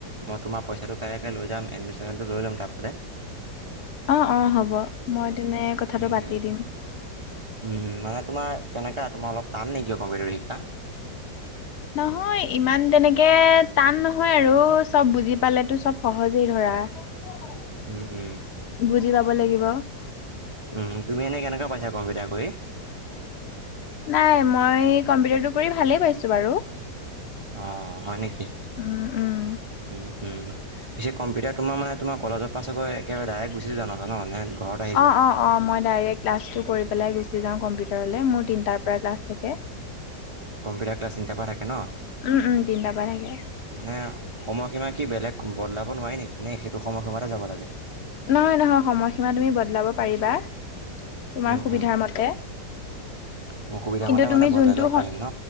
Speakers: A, on the right; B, on the left.
A: মই তোমাৰ পইচাটো কাইাৰেকৈ লৈ যাম এন বিচাৰনটো লৈ ল'ম তাৰপাতে।
B: অহ', অহ' হ'ব মই তেনে কথাটো
A: উম',
B: পাতি
A: উম'।
B: দিম।
A: উম', উম' মানে তোমাৰ। কেনেকা তোমাৰ অলপ টান নেকি, কম্পিউটাৰটো শিকা।
B: নহয় ইমান তেনেকে টান নহয় আৰু চব বুজি পালেতো চব সহজেই ধৰা। <unintelligible>
A: উম', উম'।
B: বুজি পাব লাগিব।
A: উম' তুমি এনেই কেনেকুৱা পাইছা কম্পিটাৰ কৰি।
B: নাই মই কম্পিউটাৰটো কৰি ভালেই পাইছো বাৰু।
A: অহ' হয় নেকি?
B: উম, উম,
A: উম', উম' পিছে কম্পিউটাৰ তোমাৰ মানে তোমৰ কলেজৰ পাছৈ একেবাৰে ডাইৰেক্ট গুচি যোৱা নহয় ন, নে ঘৰত আহি যোৱা
B: অহ', অহ', অহ' মই ডাইৰেক্ট ক্লাছটো কৰি পেলাই গুচি যাওঁ। কম্পিউটাৰলৈ মোৰ তিনিটাৰ পৰা ক্লাছ থাকে।
A: কম্পিউটাৰ ক্লাছ তিন তাৰ পৰা থাকে ন,
B: উম, উম, তিনটাৰ পৰা থাকে।
A: মানে সময়সীমা কি বেলেগ বদলাব নোৱাৰি নেকি, নে সেইটো সময় সময়তে যাব লাগে।
B: নহয়, নহয় সময়সীমা তুমি বদলাব পাৰিবা। তোমাৰ
A: উম,
B: সুবিধাৰ
A: উম,
B: মতে।
A: মোৰ সুবিধা
B: কিন্তু
A: মতে
B: তুমি
A: মানে বদলাই
B: যোনটো,
A: ল'ব
B: অহ,
A: পাৰিম ন?